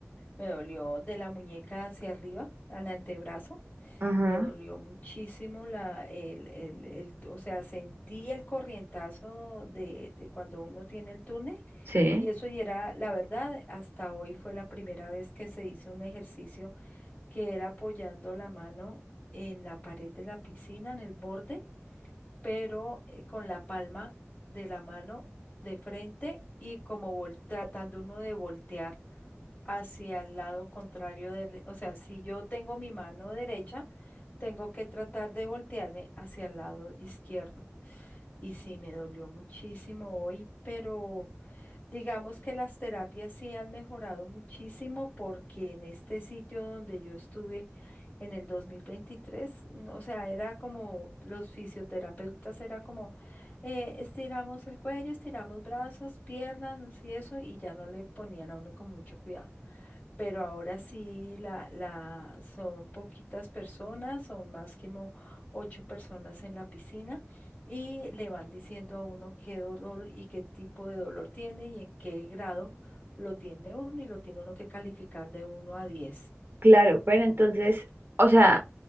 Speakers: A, on the left; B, on the right.
A: Me dolió de la muñeca hacia arriba, al antebrazo.
B: Ajá,
A: Me dolió muchísimo la, el, el, el- o sea, sentí el corrientazo de, de cuando uno tiene el túnel.
B: Sí.
A: Y eso y era, la verdad, hasta hoy fue la primera vez que se hizo un ejercicio que era apoyando la mano en la pared de la piscina, en el borde pero eh, con la palma de la mano de frente y como vol- tratando uno de voltear hacia el lado contrario del, o sea, si yo tengo mi mano derecha, tengo que tratar de voltearme hacia el lado izquierdo. Y sí, me dolió muchísimo hoy, pero Digamos que las terapias sí han mejorado muchísimo porque en este sitio donde yo estuve en el 2023, no, o sea, era como los fisioterapeutas, era como eh, estiramos el cuello, estiramos brazos, piernas y eso, y ya no le ponían a uno con mucho cuidado pero ahora sí la, la, son poquitas personas, son más que ocho personas en la piscina y le van diciendo a uno qué dolor y qué tipo de dolor tiene y en qué grado lo tiene uno y lo tiene uno que calificar de uno a 10.
B: claro, pero entonces, O sea,